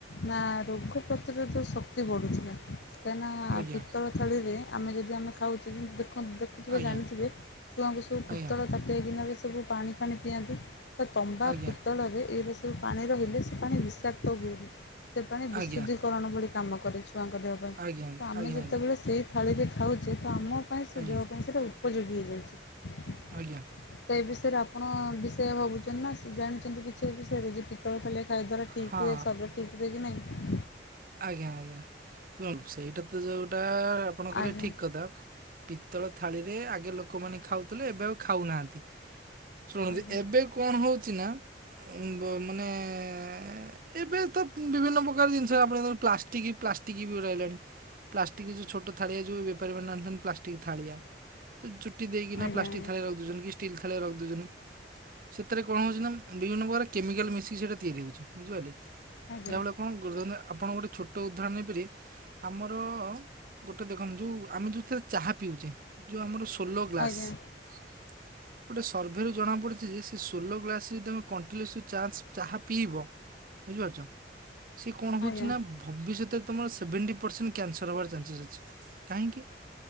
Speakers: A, on the left; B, on the right.
A: ନା ରୋଗ ପ୍ରତିରୋଧ ଶ ଏତେ ବଢ଼ୁଥିଲା କାହିଁକିନା-ଆ-ଆ-ଆ
B: ଆଜ୍ଞା
A: ତଳ ଥାଳିରେ ଆମେ ଯଦି ଆମେ ଖାଉଛୁ ଉ-ଉ ଦେଖୁ ଦେଖୁଥିବେ
B: ଆଜ୍ଞା
A: ଜାଣିଥିବେ ଛୁଆଙ୍କୁ ସବୁ ପିତଳ
B: ଆଜ୍ଞା
A: ତା ସେ ଦିନରେ ସବୁ ପାଣି ପାଣି ପିଅନ୍ତି ତା ତମ୍ବା
B: ଆଜ୍ଞା
A: ପିତ୍ତଳରେ ଏ ଦେ ଯେଉଁ ପାଣି ରହିଲେ ସେ ପାଣି ବିଷାକ୍ତ ହୁଏନି ସେ ପାଣି
B: ଆଜ୍ଞା
A: ବିଶୁଦ୍ଧିକରଣ ଭଳି କାମ କରେ ଛୁଆଙ୍କ ଦେହ ପାଇଁ
B: ଆଜ୍ଞା
A: ତ ଆମେ
B: ଆଜ୍ଞା
A: ଯେତେବେଳେ
B: ଆଜ୍ଞା
A: ସେଇ ଥାଳିରେ ଖାଉଛେ ତ ଆମ ପାଇଁ ସେ
B: ଆଜ୍ଞା
A: ଦେହ
B: ଆଜ୍ଞା
A: ପାଇଁ ସେଇଟା ଉ ଉପଯୋଗୀ ହେଇଯାଇଛି।
B: ଆଜ୍ଞା।
A: ତେ ଏ ବିଷୟରେ ଆପଣ-ଅ-ଅ ବିଷୟ ଭାବୁଛନ୍ତି ନା ସେ ଜାଣିଛନ୍ତି କିଛି ଏ ବିଷୟରେ ଯେ ପି ତଳ ଥାଳିରେ ଖାଇଦ୍ୱାରା ଠିକ୍
B: ହଁ
A: ହୁଏ ଶରୀର ଠିକ ହୁଏ କି ନାହିଁ?
B: ଆଜ୍ଞା ଆଜ୍ଞା ଶୁଣନ୍ତୁ ସେଇଟା ତ ଯେଉଁଟା-ଆ-ଆ-ଆଙ ଆପଣ କହିଲେ
A: ଆଜ୍ଞା
B: ଠିକ୍ କଥା। ପିତ୍ତଳ ଥାଳିରେ ଆଗେ ଲୋକମାନେ ଖାଉଥିଲେ ଏବେ ଆଉ ଖାଉନାହାନ୍ତି। ଶୁଣନ୍ତୁ
A: ଆଜ୍ଞା
B: ଏବେ କଣ ହଉଛି ନା ଉ-ଉ-ଉ ମାନେ-ଏ-ଏ ଏ-ଏ-ଏ-ଏ ଏବେ ତ ବିଭିନ୍ନ ପ୍ରକାର ଜିନିଷ ଆପଣ ଯୋଉ ପ୍ଲାଷ୍ଟିକ୍ ପ୍ଲାଷ୍ଟିକ୍ ବି ରହିଲାଣି। ପ୍ଲାଷ୍ଟିକ ଯଉଁ ଛୋଟ ଥାଳିଆ ଯୋଉ ବେପାରୀମାନେ ଆଣୁଛନ୍ତି ପ୍ଲାଷ୍ଟିକ ଥାଳିଆ। ଚୁଟି ଦେଇକିନା
A: ଆଜ୍ଞା
B: ପ୍ଲାଷ୍ଟିକ ଥାଳିଆ ରଖି ଦଉଛନ୍ତି କି ଷ୍ଟିଲ୍ ଥାଳିଆ ରଖି ଦଉଛନ୍ତି ସେଥିରେ କଣ ହେଉଛି ନା ବିଭିନ୍ନ ପ୍ରକାର କେମିକାଲ୍ ମିଶିକି ସେଇଟା ତିଆରି ହେଉଛି ବୁଝିପାରିଲେ।
A: ଆଜ୍ଞା
B: ଗାଁ ଲୋକକୁ ଧରିନିଅ ଆପଣ ଗୋଟେ ଛୋଟ ଉଦାହରଣ ନେଇପାରିବେ ଆମର-ଅ-ଅ ଗୋଟେ ଦେଖନ୍ତୁ, ଯେଉଁ ଆମେ ଯେଉଁଥିରେ ଚାହା ପିଉଛେ ଯେଉଁ ଆମର ସୁ ଠୋଲୋ ଗ୍ଲାସ
A: ଆଜ୍ଞା
B: ଗୋଟେ ସର୍ଭେରୁ ଜଣାପଡ଼ିଛି ଯେ, ସେ ସୋଲୋ ଗ୍ଲାସରେ ତୁମେ କଣ୍ଟିନ୍ୟୁସ୍ ଚାନ୍ସ ଚାହା ପିଇବ ବୁଝିପାରୁଛ, ସେ କଣ ହଉଛି
A: ଆଜ୍ଞା
B: ନା ଭବିଷ୍ୟତରେ ତୁମର ସେଭେଣ୍ଟି ପରସେଣ୍ଟ କ୍ୟାନସର ହେବାର ଚାନ୍ସେସ୍ ଅଛି, କାହିଁକି